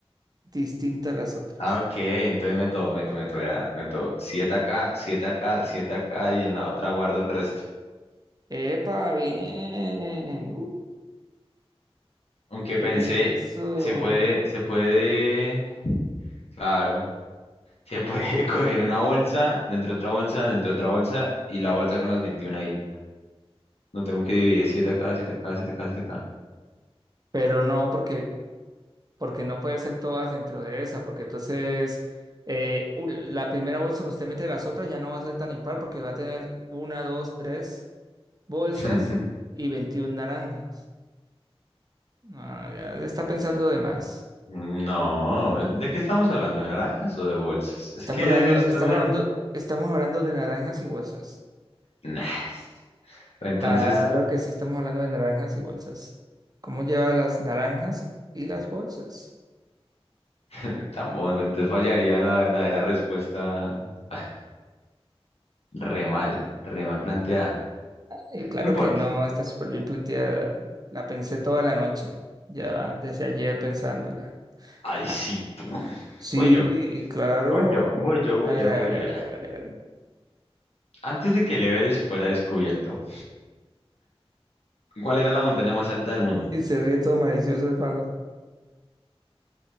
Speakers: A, on the right; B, on the left.
A: distinta a las otras.
B: ah, ok, entonces meto, meto, meto, vea, meto 7 acá, 7 acá, 7 acá y en la otra guardo el resto.
A: ¡Epa! Bien. Uh,
B: Aunque
A: eso.
B: pensé, se puede, se puede, claro, se puede <laughs> coger una bolsa, dentro de otra bolsa, dentro de otra bolsa y la bolsa con las 21 ahí. No tengo que dividir siete acá, 7 acá, siete acá, 7 acá.
A: Pero no, porque, porque no puede ser todas dentro de esa, porque entonces eh, un- la primera bolsa donde usted mete las otras ya no va a ser tan impar porque va a tener una, dos, tres bolsas
B: <laughs>
A: y 21 naranjas. Ah, ya le está pensando de más.
B: No, ¿de qué estamos hablando? ¿De naranjas o de bolsas? Es
A: Estamos
B: que
A: hablando,
B: esto
A: está
B: es muy...
A: hablando,
B: am-
A: estamos hablando de naranjas y bolsas.
B: Nah. Entonces,
A: Claro que sí, estamos hablando de naranjas y bolsas. ¿Cómo lleva las naranjas y las bolsas?
B: <laughs> tampoco, entonces fallaría la verdadera respuesta. <laughs> Re mal, re mal planteada.
A: Y claro
B: No importa.
A: que no, está súper bien planteada. La pensé toda la noche, ya desde ayer pensándola.
B: Ay, sí,
A: Ah,
B: tú.
A: Sí,
B: Voy yo,
A: claro.
B: voy yo, voy yo, voy
A: A ver,
B: yo,
A: hágale,
B: voy yo
A: hágale,
B: ya.
A: hágale, hágale.
B: Antes de que el Everest fuera descubierto, ¿cuál era la montaña más alta del mundo?
A: Y se ríe todo malicioso el mago.